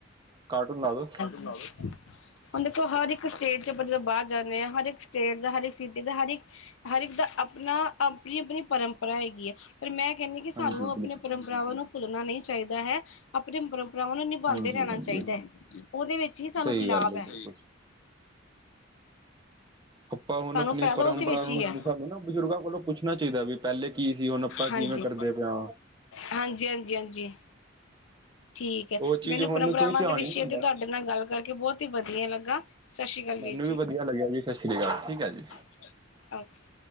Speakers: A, on the right; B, on the left.
A: ਕਾਰਟੂਨ ਲਾ ਦੋ
B: ਲਾ ਦੋ ਹੁਣ ਦੇਖੋ ਹਰ ਇੱਕ ਸਟੇਟ ਚ ਆਪਾਂ ਜਦੋਂ ਬਾਹਰ ਜਾਂਦੇ ਹਾਂ, ਹਰ ਇੱਕ ਸਟੇਟ ਦਾ, ਹਰ ਇੱਕ ਸਿਟੀ ਦਾ, ਹਰ ਇੱਕ ਹਰ ਇੱਕ ਦਾ ਆਪਣਾ ਆਪਣੀ ਆਪਣੀ ਪਰੰਪਰਾ ਹੈਗੀ ਆ ਪਰ ਮੈਂ ਕਹਿੰਦੀ ਕਿ ਸਾਨੂੰ
A: ਹਾਂਜੀ
B: ਆਪਣੇ
A: ਬਿਲਕੁਲ
B: ਪਰੰਪਰਾਵਾਂ ਨੂੰ ਭੁੱਲਣਾ ਨਹੀਂ ਚਾਹੀਦਾ ਹੈ, ਆਪਣੇ ਪਰੰ ਭਰਾਵਾਂ ਨੂੰ ਨਿਭਾਉਂਦੇ
A: ਹਾਂਜੀ
B: ਰਹਿਣਾ
A: ਹਾਂਜੀ
B: ਚਾਹੀਦਾ ਹੈ, ਉਹਦੇ ਵਿੱਚ ਹੀ ਸਾਨੂੰ
A: ਸਹੀ
B: ਲਾਭ
A: ਗੱਲ
B: ਹੈ
A: ਬਿਲਕੁਲ ਆਪਾਂ ਹੁਣ
B: ਸਾਨੂੰ
A: ਆਪਣੀ
B: ਫਾਇਦਾ
A: ਪਰੰਪਰਾ
B: ਉਸੇ ਵਿੱਚ
A: ਨੂੰ,
B: ਹੀ ਹੈ।
A: ਸਾਨੂੰ ਨਾ ਬਜ਼ੁਰਗਾਂ ਕੋਲੋਂ ਪੁੱਛਣਾ ਚਾਹੀਦਾ ਵੀ, ਪਹਿਲੇ ਕੀ ਸੀ ਹੁਣ ਆਪਾਂ
B: ਹਾਂਜੀ
A: ਕਿਵੇਂ ਕਰਦੇ ਪਏ ਹਾਂ
B: ਹਾਂਜੀ ਹਾਂਜੀ ਹਾਂਜੀ ਠੀਕ ਹੈ,
A: ਉਹ ਚੀਜ਼
B: ਮੈਨੂੰ
A: ਹੁਣ
B: ਪਰੰਪਰਾਵਾਂ
A: ਕੋਈ ਧਿਆਨ
B: ਦੇ ਵਿਸ਼ੇ
A: ਹੀ ਨਹੀਂ ਦਿੰਦਾ
B: ਤੇ ਤੁਹਾਡੇ ਨਾਲ ਗੱਲ ਕਰਕੇ ਬਹੁਤ ਹੀ ਵਧੀਆ ਲੱਗਾ ਸਤਿ ਸ਼੍ਰੀ ਅਕਾਲ ਵੀਰ
A: ਮੈਨੂੰ ਵੀ ਵਧੀਆ ਲੱਗਿਆ ਜੀ ਸਤਿ ਸ਼੍ਰੀ ਅਕਾਲ ਠੀਕ ਹੈ ਜੀ
B: ਠੀਕ ਹੈ ਜੀ ਓਕੇ